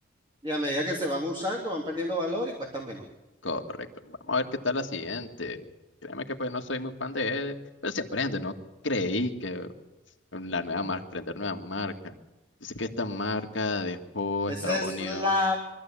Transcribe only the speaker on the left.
Correcto. Vamos a ver qué tal la siguiente. Créeme que pues no soy muy fan de él, pero se aprende, no creí que la nueva marca, aprender nueva marca. Dice que esta marca dejó
Estados
Unidos.